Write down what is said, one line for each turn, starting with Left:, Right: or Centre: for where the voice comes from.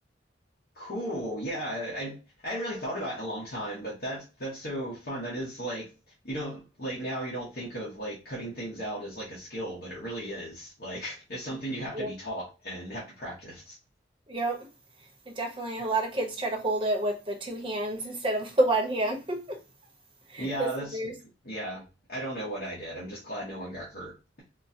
Left: Cool. Yeah, I I hadn't really thought about it in a long time, but that's that's so fun. That is like you don't like now you don't think of like cutting things out as like a skill, but it really is. Like it's something you have
Right: Yep.
Left: to be taught and have to practice.
Right: Yep. It definitely, a lot of kids try to hold it with the two hands <laughs> instead of the one hand. <laughs>
Left: Yeah,
Right: the scissors.
Left: that's yeah. I don't know what I did. I'm just glad no one got hurt.